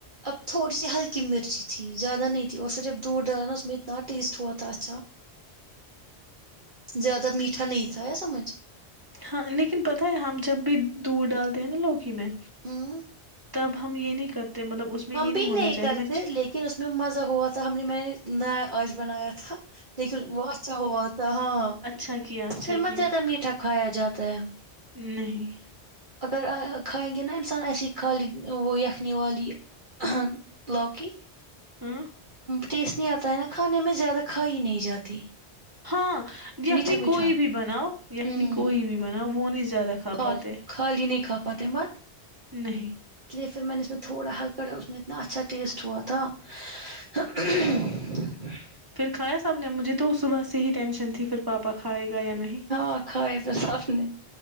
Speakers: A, on the right (about 45°); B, on the right (about 20°).
A: اب تھوڑی سی ہلکی مرچی تھی زیادہ نہیں تھی اور پھر جب دودھ ڈالا نا اس میں اتنا ٹیسٹ ہوا تھا اچھا زیادہ میٹھا نہیں تھا سمجھ
B: ہاں لیکن پتا ہے ہم جب بھی دور ڈالتے ہیں نا لوک ہی میں
A: ہاں
B: تب ہم یہ نہیں کرتے مطلب اس میں یہ
A: ہم بھی
B: ہونا
A: نہیں
B: چاہیے
A: کرتے
B: مرچ
A: لیکن اس میں مزہ ہوتا تھا ہم نے میں نے نیا آج بنایا تھا لیکن وہ اچھا ہوا تھا ہاں
B: اچھا کیا اچھا
A: پھر مت
B: کیا
A: زیادہ میٹھا کھایا جاتا ہے
B: نہیں
A: اگر کھائیں گے نا انسان ایسی خالی وہ یخنی والی ہ لوکی
B: ہوں
A: ٹیسٹ نہیں آتا ہے نا کھانے میں زیادہ کھا ہی نہیں جاتی
B: ہاں یخنی
A: میٹھا میٹھا
B: کوئی بھی بناؤ
A: ہوں
B: یکھنی کوئی بھی بناؤ وہ نہیں زیادہ کھا
A: خال
B: پاتے
A: خالی نہیں کاپات مت
B: نہیں
A: <inaudible>
B: پھر کایا ساب نے مجھے تو صبح سے ہی ٹینشن تھی پھر پاپا کھائے گا یا نہیں
A: ہاں کھائے تھے سب نے